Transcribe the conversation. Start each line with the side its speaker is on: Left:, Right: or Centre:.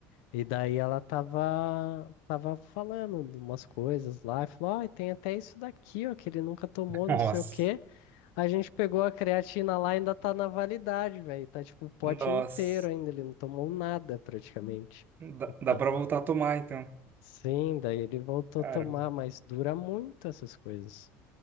Left: E daí ela tava, tava falando de umas coisas lá e falou: ai tem até isso daqui, ó, que ele nunca tomou,
Right: Nossa,
Left: não sei o quê. A gente pegou a creatina lá e ainda tá na validade, velho. Tá tipo o pote
Right: nossa.
Left: inteiro ainda, ele não tomou nada praticamente.
Right: Dá,
Left: Então,
Right: dá pra voltar a tomar, então.
Left: sim, daí ele voltou
Right: Caramba.
Left: a tomar, mas dura muito essas coisas.